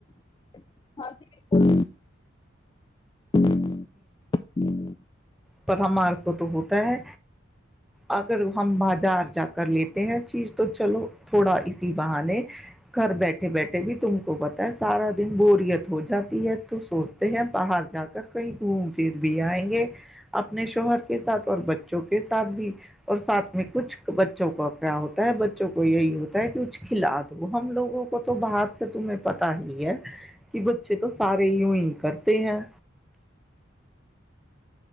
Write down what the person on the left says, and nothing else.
ہاں جی بک ہوں ہوں